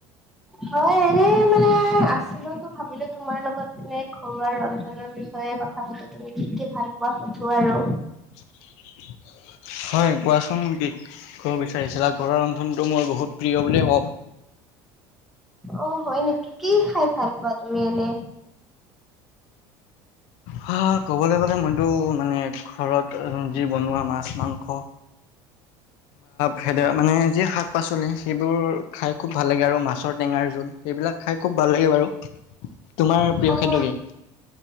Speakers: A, in the centre; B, on the left (about 75°).
A: হয় এনে মানে আছিলো তো ভাবিলো তোমাৰ লগত এনে ঘৰুৱা ৰন্ধনৰ বিষয়ে কথা পাতো তুমি কি কি ভাল পোৱা সুধো আৰু
B: <unintelligible> হয় কোৱাচোন কি কব বিচাৰিছিলা ঘৰুৱা ৰন্ধনটো মোৰ বহুত প্ৰিয় বুলিয়ে কওঁ।
A: অ' হয় নেকি। কি খাই ভাল পোৱা তুমি এনে?
B: হা ক'বলৈ গ'লে মইতো মানে ঘৰত যি বনোৱা মাছ মাংস। ভেদ মানে যি শাক পাচলি সেইবোৰ খাই। খুব ভাল লাগে আৰু মাছৰ টেঙাৰ জোল সেইবিলাক খাই খুব ভাল লাগে বাৰু। তোমাৰ প্ৰিয়
A: অ
B: খাদ্য কি?